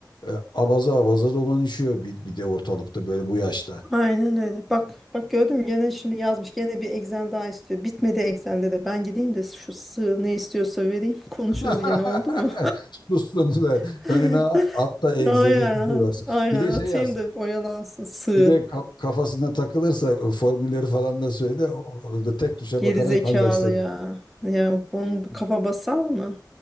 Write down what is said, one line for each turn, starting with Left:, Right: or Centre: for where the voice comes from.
Left: E, abaza abaza dolanışıyor bir, bir de ortalıkta böyle bu yaşta.
Centre: Aynen öyle. Bak bak gördün mü gene şimdi yazmış. Gene bir Excel daha istiyor. Bitmedi Excel'de de. Ben gideyim de şu sığ ne istiyorsa vereyim. <laughs> Konuşuruz
Left: <laughs>
Centre: yine oldu mu?
Left: Sussun da
Centre: <laughs>
Left: önüne at da egzeli
Centre: Aynen.
Left: tutuversin.
Centre: Aynen
Left: Bir de
Centre: atayım
Left: şey yaz.
Centre: da oyalansın sığır.
Left: Bir de ka- kafasına takılırsa e, formülleri falan da söyle. O o da tek tuşa
Centre: Geri
Left: bakarak
Centre: zekalı
Left: halletsin.
Centre: ya. Ya bunun bu kafa basar mı?